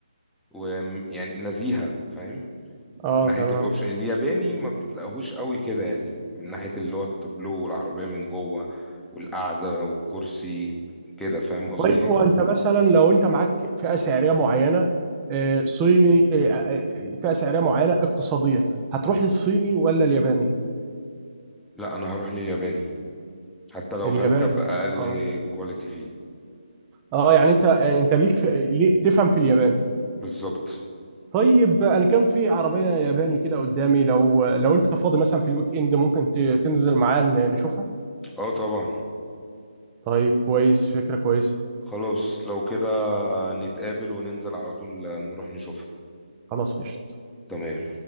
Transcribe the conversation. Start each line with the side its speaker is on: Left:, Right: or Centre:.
Centre: ويعني نزيهة فاهم
Right: اه
Centre: من ناحية
Right: تمام
Centre: الاوبشن الياباني ما بتلاقيهوش قوي كده يعني من ناحية اللي هو التابلو والعربية من جوه والقعدة والكرسي كده فاهم قصدي
Right: طيب هو
Centre: ايه
Right: انت مثلا لو انت معاك فئه سعريه معينه آه، صيني آه، آه، آه، فئه سعريه معينه اقتصاديه هتروح للصيني ولا الياباني
Centre: لا انا هروح للياباني حتى لو
Right: الياباني
Centre: هركب اقل
Right: اه
Centre: كواليتي فيه
Right: اه يعني انت يعني انت ليك في... ليه تفهم في الياباني
Centre: بالظبط
Right: طيب انا كان في عربيه ياباني كده قدامي لو لو انت فاضي مثلا في الويك اند ممكن ت- تنزل معايا ن- نشوفها
Centre: اه طبعا
Right: طيب كويس فكره كويسه
Centre: خلاص لو كده نتقابل وننزل على طول نروح نشوفها
Right: خلاص قشطه
Centre: تمام